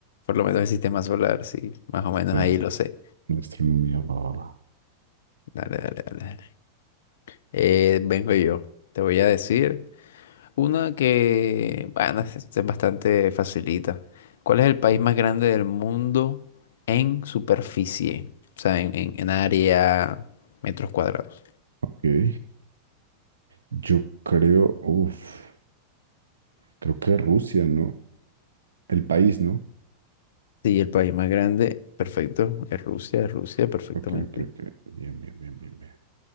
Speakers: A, on the left (about 55°); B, on the right (about 70°).
A: Por lo menos el sistema solar, sí. Más o menos
B: Ya,
A: ahí lo sé.
B: la astronomía, va, va, va.
A: Dale, dale, dale. dale. Eh, vengo yo. Te voy a decir. Una que, bueno, es es bastante facilita. ¿Cuál es el país más grande del mundo en superficie? O sea, en, en- en área, metros cuadrados.
B: Ok. Yo creo, uff, creo que Rusia, ¿no? El país, ¿no?
A: Sí, el país más grande, perfecto. Es Rusia, es Rusia, perfectamente.
B: Ok, ok, ok. Bien, bien, bien, bien, bien.